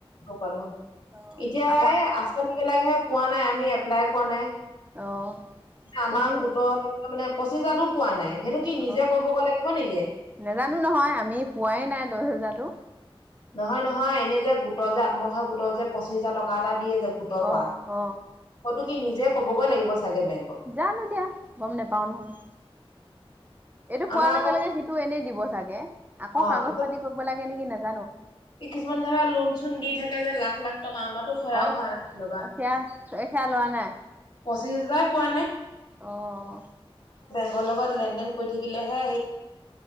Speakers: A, on the left; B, on the right.
A: পালো
B: অ
A: এতিয়া
B: আকৌ
A: এই আঁচনি বিলাকহে পোৱা নাই আমি এপ্লাই কৰা নাই।
B: অ
A: আমাৰ
B: পঁচিছ
A: গোটৰ মানে পঁচিছ হাজাৰটো পোৱা নাই। সেইটো কি নিজে
B: আহ
A: কৰিবগৈ লাগিব নেকি
B: নেজানো নহয় আমি পোৱাই নাই দহ হেজাৰটো।
A: নহয় নহয় এনে যে গোটৰ যে আত্মসহায়ক গোটৰ যে পচিশ হাজাৰ টকা এটা দিয়ে যে গোট
B: অ
A: পা
B: অ
A: হয়তো কি নিজে ক'বগৈ লাগিব। চাগে বেংকত
B: যানো দিয়া গম নেপাও নহয়। এইটো
A: আমাৰ
B: পোৱাৰ লগে
A: আকৌ
B: লগে সিটো এনেই দিব চাগে আকৌ
A: অ
B: কাগজ
A: তাৰপিছত
B: পাতি কৰিব লাগে নেকি নাজান
A: কিছুমান ধৰা লোন চোণ দি থাকে যে লাখ লাখ টকা আমাৰ টো সেয়াও
B: অ',
A: হোৱা লোৱা
B: অ', সেয়া সেয়া লোৱা নাই।
A: পঁচিছ হাজাৰ পোৱা নাই।
B: অহ।
A: <unintelligible> লগৰ লগত লেন দেন কৰি থাকিলে হে